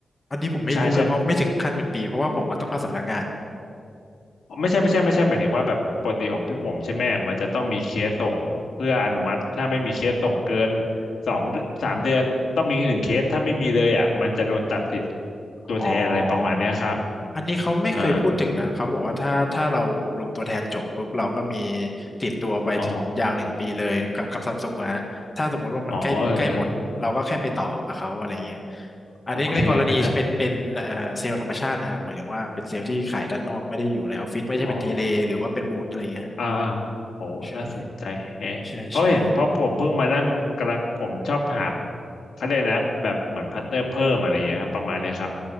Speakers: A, on the left (about 20°); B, on the left (about 90°).
A: อันนี้ผมไม่รู้เลยเพราะไม่ถึงขั้นเป็นปีเพราะว่าผมอะต้องเข้าสำนักงาน
B: ใช่ใช่ไม่ใช่ไม่ใช่ไม่ใช่หมายถึงว่าแบบปกติของพี่ผมใช่ไหมมันจะต้องมีเคสส่งเพื่ออนุมัติถ้าไม่มีเคสส่งเกินสองสามเดือนต้องมีหนึ่งเคสถ้าไม่มีเลยอ่ะมันจะโดนตัดสิทธิ์ตัวแทนอะไรประมาณเนี้ยครับ
A: อ๋ออ๋ออ๋อ อันนี้เขาไม่เคยพูดถึงนะเขาบอกว่าถ้าถ้าเราอบรมตัวแทนจบปุ๊บเราก็มี
B: อ่า
A: ติดตัวไปที่ยาวหนึ่งปีเลยกับกับซัมซุงอะฮะถ้าสมมติว่ามันใกล้ใกล้หมดเราก็แค่ไปต่อกับเขาอะไรเงี้ย
B: อ๋ออ๋อเออเออ
A: อันนี้ในกรณีจะเป็นเป็นเอ่อเซลล์ธรรมชาตินะฮะหมายถึงว่าเป็นเซลล์ที่ขายด้านนอกไม่ได้อยู่ในออฟฟิศไม่ใช่เป็นเทเลหรือว่าเป็นบูธอะไรเงี้ย
B: โอเคงั้นนะอ๋อ อ่าอ่าโอ้น่าสนใจแฮะเพราะเห็นเพราะผมเพิ่งมานั่งกำลังผมชอบหา
A: ใช่ใช่ใช่
B: เขาเรียกนะแบบเหมือนพาร์ทเนอร์เพิ่มอะไรอย่างเงี้ยครับประมาณเนี้ยครับ
A: อืม